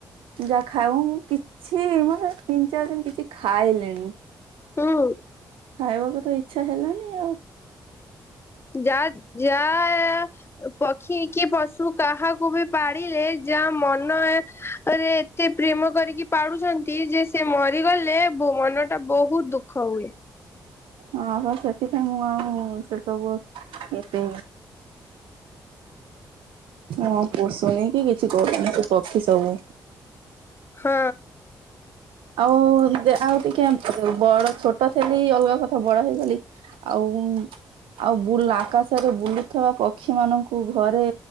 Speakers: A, on the right (about 75°); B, on the left (about 25°).
A: ଯା ଖାଇବ କିଛି ମାନେ ତିନ୍ ଚାରି ଦିନ କିଛି ଖାଇଲିଣିି।
B: ହୁଁ
A: ଖାଇବାକୁ ତ ଇଛା ହେଲାନି ଆଉ
B: ଯା ଯାହା ପକ୍ଷୀ କି ପଶୁ କାହାକୁ ବି ପାଳିଲେ ଯାହା ମନରେ ଏତେ ପ୍ରେମ କରିକି ପାଡୁଛନ୍ତି ଯେ ସେ ମରିଗଲେ ମନ ଟା ବହୁତ ଦୁଃଖ ହୁଏ।
A: ହଁ ହ ସେଥିପାଇଁ ମୁଁ ଆଉ <unintelligible> ସବୁ ଏବେ? ହଁ ପଷୁନି କି କିଛି କରୁନି ସେ ପକ୍ଷୀ ସବୁ
B: ହଁ।
A: ଆଉ ଆଉ ଟିକେ ବଡ ଛୋଟ ଲି ଅଲଗା କଥା ବଡ ହେଇଗଲି ଆଉ ଆଉ ବୁଲା ଆକାଶରେ ବୁଲୁଥିବା ପକ୍ଷୀ ମାନଙ୍କୁ ଘରେ